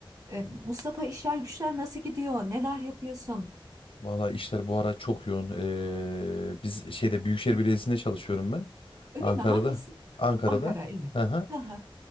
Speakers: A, on the right; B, on the left.
A: E, Mustafa işler güçler nasıl gidiyor? Neler yapıyorsun?
B: Valla işler bu ara çok yoğun. Ee, biz şeyde Büyükşehir Belediyesi'nde çalışıyorum ben.
A: Öyle
B: Ankara'da.
A: mi? Hangisi?
B: Ankara'da.
A: Ankara, evet.
B: Hı hı.
A: Hı hı.